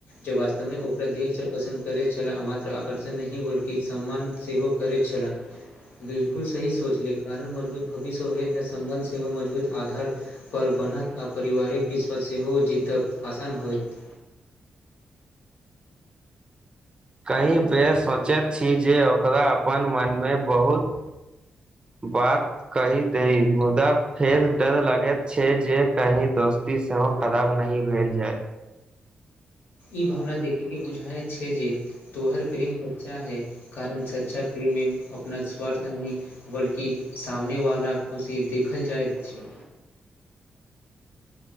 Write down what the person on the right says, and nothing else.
कहीं बेर सोचैत छी जे ओकरा अपन मनमे बहुत बात कहि दई मुदा फेर डर लागैत छै जे कही दोस ती सेहो खराब नही भेल जाय